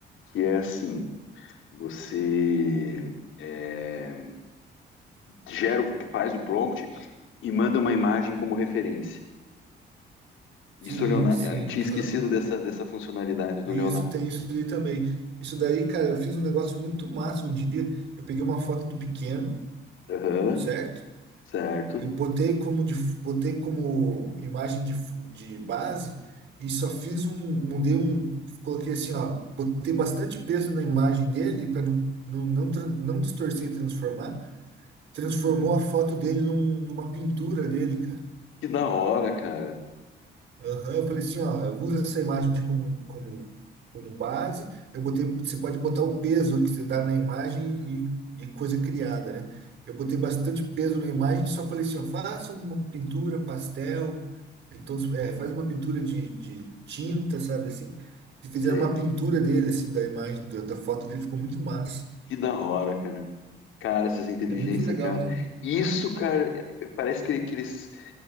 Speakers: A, on the left (about 80°); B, on the right (about 60°).
A: que é assim, você... é, gera, o- faz o prompt e manda uma imagem como referência. Isso,
B: Sim,
A: Leonardo,
B: sim,
A: eu tinha
B: aham.
A: esquecido dessa, dessa funcionalidade do
B: Isso,
A: Leonardo.
B: tem isso ali também. Isso daí, cara, eu fiz um negócio muito massa um dia. Eu peguei uma foto do pequeno,
A: Aham,
B: certo?
A: certo.
B: Eu botei como, de, botei como imagem de, f- de base e só fiz um, mudei um, coloquei assim, ó, botei bastante peso na imagem dele para não, não, não, tran- não distorcer e transformar. Transformou a foto dele num- numa pintura dele, cara.
A: Que da hora, cara.
B: Aham, eu falei assim, ó, eu uso essa imagem como, como, como base. Eu botei, você pode botar o peso que você dá na imagem e, e coisa criada, né? Eu botei bastante peso na imagem, só falei assim, ó, faça uma pintura, pastel, Então, é, faz uma pintura de, de tinta, sabe assim? E fizeram
A: Sei.
B: uma pintura dele, assim, da imagem, da, da foto dele, ficou muito massa.
A: Que da hora, cara. Cara, essas inteligências,
B: É muito legal,
A: cara.
B: né?
A: Isso, cara, é- parece que, que eles